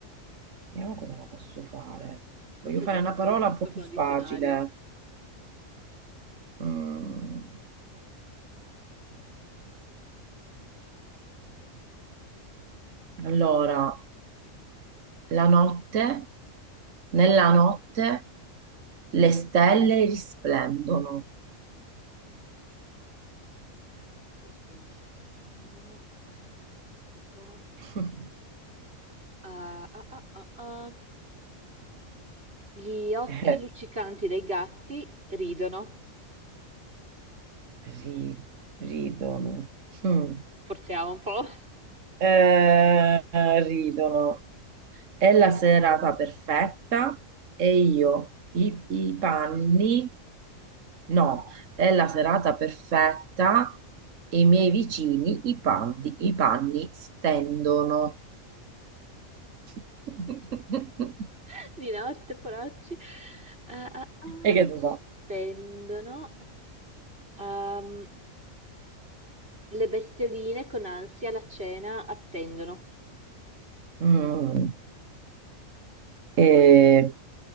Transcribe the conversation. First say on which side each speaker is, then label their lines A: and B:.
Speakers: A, on the right (about 65°); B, on the right (about 45°).
A: Vediamo come la posso fare.
B: Questo
A: Voglio fare
B: gioco
A: una
B: andrebbe
A: parola
B: fatto
A: un po' più
B: con
A: facile.
B: un dizionario.
A: Mm, Allora, la notte, nella notte le stelle risplendono.
B: Ok, nella notte stai risplendono. eh, po- po- po.
A: <laughs>
B: Ah, ah, ah, ah, ah. Gli occhi
A: Eh,
B: luccicanti dei gatti ridono.
A: ri- ridono. Mm.
B: Forziamo un po'.
A: Eh, ridono. È la serata perfetta e io i, i panni. No, è la serata perfetta e i miei vicini i panni, i panni stendono. <laughs>
B: <laughs> Di notte, poracci. Ah, ah, ah,
A: E che tu
B: spendono.
A: fa?
B: Ehm, Le bestioline con ansia la cena attendono.
A: Mm, eh,